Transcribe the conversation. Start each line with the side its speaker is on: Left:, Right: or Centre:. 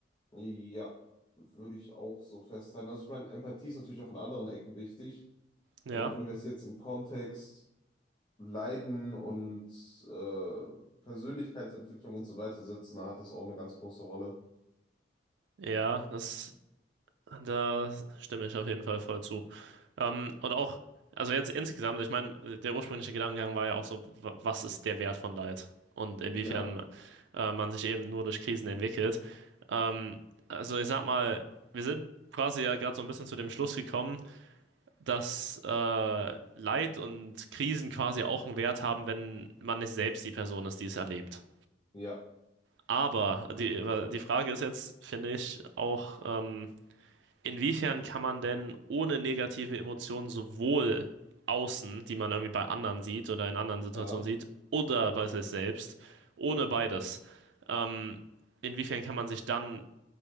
Left: Ja, würde ich auch so festhalten. Also ich meine, Empathie ist natürlich auch in anderen Ecken wichtig.
Right: Ja,
Left: Aber wenn wir es jetzt im Kontext Leiden und äh, Persönlichkeitsentwicklung und so weiter setzen, dann hat das auch eine ganz große Rolle.
Right: ja, das, da stimme ich auf jeden Fall voll zu. Ähm, und auch, also jetzt insgesamt, ich meine, der ursprüngliche Gedankengang war ja auch so, wa- was ist der Wert von Leid und inwiefern
Left: Ja,
Right: äh, man sich eben nur durch Krisen entwickelt. Ähm, also ich sag mal, wir sind quasi ja gerade so ein bisschen zu dem Schluss gekommen, dass äh, Leid und Krisen quasi auch einen Wert haben, wenn man nicht selbst die Person ist, die es erlebt.
Left: ja,
Right: Aber die, die Frage ist jetzt, finde ich, auch, ähm, Inwiefern kann man denn ohne negative Emotionen sowohl außen, die man irgendwie bei anderen sieht oder in anderen Situationen
Left: ja.
Right: sieht, oder bei sich selbst, ohne beides, ähm, inwiefern kann man sich dann